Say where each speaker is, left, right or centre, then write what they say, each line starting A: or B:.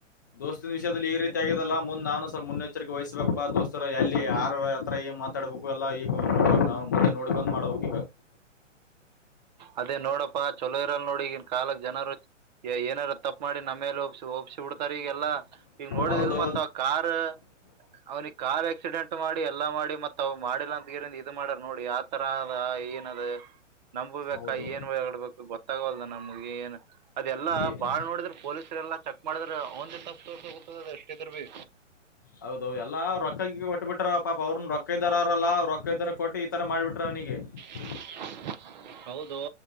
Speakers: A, on the left (about 15°); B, on the right (about 35°).
A: ದೋಸ್ತಿನ ವಿಷಯದಲ್ಲಿ ಈ ರಿ ರೀತಿ ಆಗ್ಯದಲ್ಲಾ ಮುಂದ್ ನಾನು ಸ್ವಲ್ಪ ಮುನ್ನೆಚ್ಚರಿಕೆ ವಹಿಸಬೇಕಪ್ಪಾ ದೋಸ್ತರ ಎಲ್ಲಿ ಯಾರ್ ಹತ್ರ ಏನ್ ಮಾತಾಡಬೇಕು ಎಲ್ಲ ಈಗ ನ ನಾವು ಮುಂದೆ ನೋಡ್ಕಂಡ ಬ್ ಮಾಡ್ಬೇಕ ಈಗ.
B: ಅದೇ ನೋಡಪ್ಪಾ ಚಲೋ ಇರಲ್ ನೋಡ ಈಗಿನ ಕಾಲಕ್ ಜನರು ಏ ಏನಾರ ತಪ್ಪ ಮಾಡಿ ನಮ್ಮೇಲೆ ಒಪ್ಸಿ ಓಪ್ಸಿ ಬಿಡ್ತಾರ ಈಗ. ಎಲ್ಲ ಈಗ ನೋಡಿದಿಲ್ಲ
A: ಹೌದು
B: ಮತ್ತ ಕಾರ್ ಅವನಿಗ ಕಾರ್ ಆಕ್ಸಿಡೆಂಟ್ ಮಾಡಿ ಎಲ್ಲಾ ಮಾಡಿ ಮತ್ ಅವವು ಮಾಡಿಲ್ಲ ಅಂತ ಗಿರಿಂದ್ ಇದು ಮಾಡ್ಯಾರ್ ನೋಡ ಯಾತರ ಅದ ಏನ ಅದ ನಂಬಬೇಕಾ
A: ಹೌದು
B: ಏನ್ ಹೇಳ್ಬೇಕು ಗೊತ್ತಾಗಲ್ ನಂಗ್ ನಮ್ಗೆ ಏನ್ ಅದೆಲ್ಲ
A: ಏ-
B: ಬಾಳ್ ನೋಡಿದ್ರ ಪೊಲೀಸರ ಎಲ್ಲ ಚೆಕ್ ಮಾಡಿದ್ರ ಅವನ್ದೇ ತಪ್ಪ ತೋರಿ ಇದ್ರುಬಿ.
A: ಹೌದು ಎಲ್ಲ ರೊಕ್ಕ ಗಿಕ್ಕ ಕೊಟ್ಟ ಬಿಟ್ಟರ್ ಪಾಪ ಅವ್ರನೂ ರೊಕ್ಕ ಇದ್ದಾರ ಆರ್ ಅಲಾ ರೊಕ್ಕ ಇದಾರ ಕೊಟ್ಟು ಈತರ ಮಾಡ್ಬಿಟ್ರ ಅವನೀಗ. <unintelligible>
B: <unintelligible> ಹೌದೋ